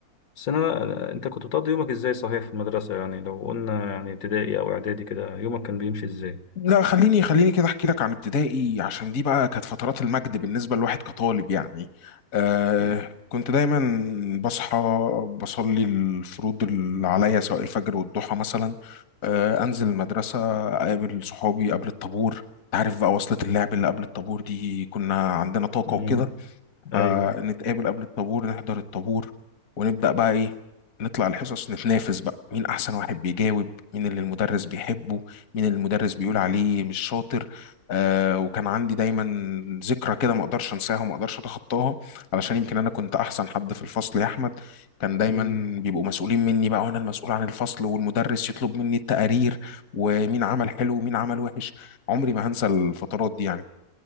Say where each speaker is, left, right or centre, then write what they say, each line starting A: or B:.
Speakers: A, on the left (about 85°); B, on the left (about 70°).
A: بس أنا أنت كنت بتقضي يومك إزاي صحيح في المدرسة يعني لو قلنا يعني ابتدائي أو إعدادي كده يومك كان بيمشي إزاي؟
B: لا خليني خليني كده احكي لك عن ابتدائي عشان دي بقى كانت فترات المجد بالنسبه لواحد كطالب يعني آه
A: أيوة
B: كنت دايما بصحى بصلي الفروض اللي عليا سواء الفجر والضحى مثلا آه انزل المدرسه اقابل صحابي قبل الطابور تعرف بقى وصلة اللعب اللي قبل الطابور دي كنا عندنا طاقه
A: مم.
B: وكده
A: أيوه
B: فنتقابل
A: أيوه
B: قبل الطابور نحضر الطابور ونبدأ بقى إيه نطلع الحصص نتنافس بقى مين أحسن واحد بيجاوب مين اللي المدرس بيحبه مين اللي المدرس بيقول عليه مش شاطر آه وكان عندي دايما ذكرى كده ما أقدرش أنساها وما أقدرش أتخطاها علشان يمكن أنا كنت أحسن حد في الفصل يا أحمد كان دايما
A: مم.
B: بيبقوا مسؤولين مني بقى وأنا المسؤول عن الفصل والمدرس يطلب مني التقارير ومين عمل حلو ومين عمل وحش عمري ما هنسى الفترات دي يعني